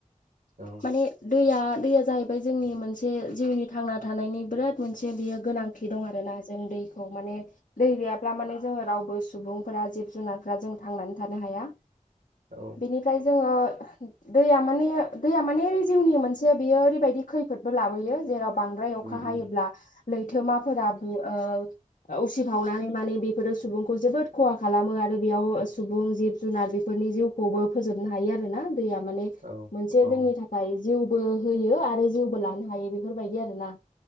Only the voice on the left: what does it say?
माने दैया दैया जाहैबाय जोंनि मोनसे जिउनि थांना थानायनि बिराद मोनसे बियो गोनांथि दं आरो ना जों दैखौ माने दै गैयाब्ला माने जोङो रावबो सुबुंफोरा जिब जुनारफोरा जों थांनानै थानो हाया।
बिनिफ्राय जोङो दैया माने दैया माने ओरै जिउनि मोनसे बेयो ओरैबायदि खैफोदबो लाबोयो जेराव बांद्राय अखा
हायोब्ला लैथोमाफोरा ओ उसिफावनानै माने बेफोरो सुबुंखौ जोबोद खहा खालामो आरो बेयाव सुबुं जिब जुनार बेफोरनि जिउ खौबो फोजोबनो हायो आरो ना दैया माने
मोनसे
जोंनि थाखाय जिउबो होयो आरो जिउबो लानो हायो बेफोरबायदि आरो ना